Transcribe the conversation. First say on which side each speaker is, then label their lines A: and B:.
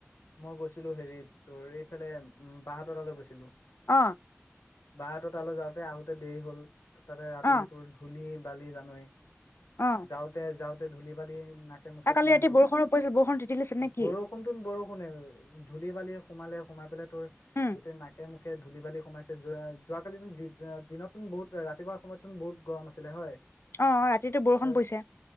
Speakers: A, on the left (about 80°); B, on the left (about 55°).
A: মই গৈছিলো হেৰিত তোৰ এইফালে উম বাহতৰ তালৈ গৈছিলো।
B: অ
A: বাহঁতৰ তালৈ যাওঁতে তাতে আহোঁতে দেৰি হ'ল। তাতে ৰাতি
B: অ
A: তোৰ ধূলি বালি জানয়ে
B: অ
A: যাওঁতে -যাওঁতে তে ধূলি- বালি নাকে মুখে
B: আৰু কালি
A: সোমাই
B: ৰাতি
A: গ'ল।
B: বৰষুণো পৰিছিল বৰষুণ তিতি দিছিল নে কি
A: বৰষুণটোন বৰষুণেই ধূলি বালি সোমালে, সোমাই পেলাই তোৰ
B: উম
A: গোটেই নাকে মুখে সে ধূলি বালি সোমাইছে। যোৱা যোৱা কালিতো দিনতো বহুত ৰাতিপুৱাৰ সময়তুন বহুত গৰম আছিলে হয়।
B: অ' অ' ৰাতিটো বৰষুণ
A: তাত
B: পৰিছে।